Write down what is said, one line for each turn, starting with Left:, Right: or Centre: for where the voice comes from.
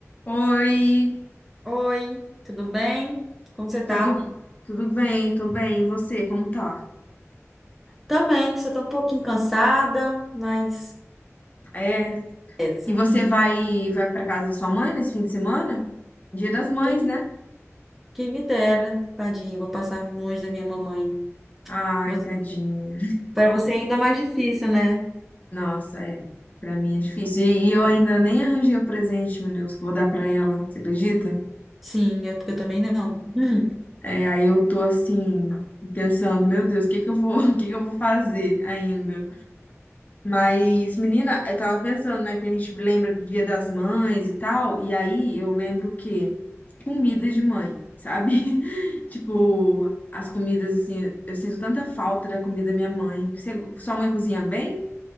Left: Oi,
Centre: Oi, tudo bem? Como você tá?
Left: tudo tudo bem? Tô bem. E você, como tá?
Centre: Também, só tô um pouquinho cansada, mas
Left: É.
Centre: é. <laughs>
Left: E você vai vai para casa da sua mãe nesse fim de semana? Dia das Mães,
Centre: quem
Left: né?
Centre: quem me dera, tadinho, vou passar longe da minha mamãe.
Left: Ai,
Centre: Você...
Left: tadinha.
Centre: Para você é ainda mais difícil, né?
Left: Nossa, é. Pra mim é difícil. E, e eu ainda nem arranjei o presente, meu Deus, que eu vou dar pra ela. Você acredita?
Centre: Sim, é porque eu também não. <laughs>
Left: É, aí eu tô assim pensando, meu Deus, o que que eu vou, <laughs> o que que eu vou fazer ainda? Mas, menina, eu tava pensando, né, que a gente lembra do Dia das Mães e tal, e aí eu lembro que comida de mãe, sabe? <laughs> Tipo, as comidas, assim, eu sinto tanta falta da comida da minha mãe. Você- sua mãe cozinha bem?